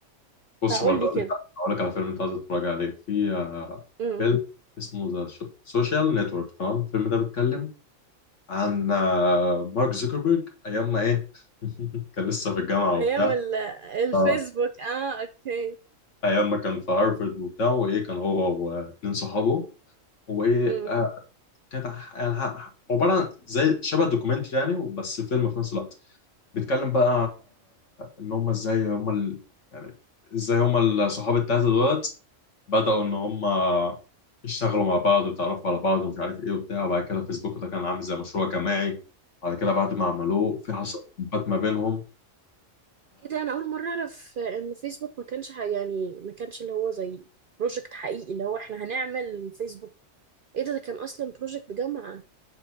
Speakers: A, on the left; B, on the right.
A: بصي
B: فقول
A: برضه
B: لي
A: اقول
B: كده
A: لك اقول لك على فيلم انت عايزه تتفرج عليه في آه،
B: امم
A: فيلم اسمه ذا سوشيال نتورك تمام الفيلم ده بيتكلم عن آه، مارك زوكربيرج ايام ما ايه <laughs> كان لسه في الجامعه وبتاع
B: ايام ال- الفيسبوك
A: اه
B: اه اوكي
A: ايام ما كان في هارفرد وبتاع وايه كان هو واتنين صحابه وايه
B: امم
A: آه، كانت ح- يعني ح- عباره عن زي شبه دوكيومنتري يعني بس فيلم في نفس الوقت بيتكلم بقى ان هم ازاي هم ال... يعني ازاي هم الصحاب التلاته دولت بداوا ان هم يشتغلوا مع بعض ويتعرفوا على بعض ومش عارف ايه وبتاع وبعد كده فيسبوك ده كان عامل زي مشروع جماعي بعد كده بعد ما عملوه في حصل خلافات ما بينهم
B: ايه ده انا اول مره اعرف ان فيسبوك ما كانش ح- يعني ما كانش اللي هو زي بروجكت حقيقي اللي هو احنا هنعمل فيسبوك ايه ده ده كان اصلا بروجكت جامعه